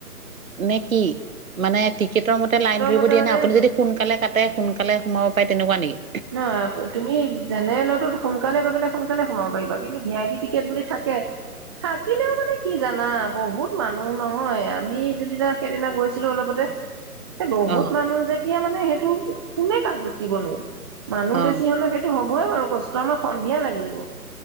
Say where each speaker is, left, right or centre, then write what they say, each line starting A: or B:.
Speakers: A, on the right; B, on the right.
A: নে কি মানে টিকেটৰ মতে লাইন ধৰি
B: মতে
A: দিয়া
B: মানে
A: নে আপুনি যদি সোনকালে কাটে সোনকালে সোমাব পাৰে তেনেকুৱা নেকি?
B: নহ তুমি জেনেৰেলতো সোনকালে পেলাই সোনকালে সোমাব পাৰিবা কিন্তু ভি আই পি টিকেট বুলি থাকে। থাকিলেও মানে কি জানা বহুত মানুহ নহয় আমি যোনদিনা সেইদিনা গৈছিলো অলপতে এ বহুত
A: অ
B: মানুহ যেতিয়া মানে সেই তো কোনে কাক লুটিবলৈ মানুহ
A: অ
B: বেছি হলে সেইটো হ হৈ বাৰু কষ্ট আমাৰ সন্ধিয়া লাগিব।